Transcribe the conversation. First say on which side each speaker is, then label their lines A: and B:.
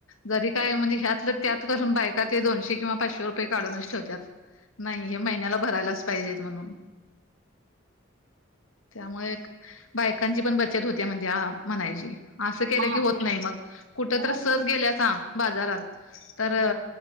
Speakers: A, on the left (about 85°); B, on the right (about 70°).
A: जरी काय म्हणजे ह्यात त्यात करून बायका ते दोनशे किंवा पाचशे रुपये काढूनच ठेवत नाही हे महिन्याला भरायलाच पाहिजेत म्हणून त्यामुळे एक बायकांची पण बचत होते म्हणजे आ म्हणायची. असं केलं
B: हा
A: की होत नाही मग कुठ
B: होय
A: तर सज गेल्याच ह बाजारात तर
B: हा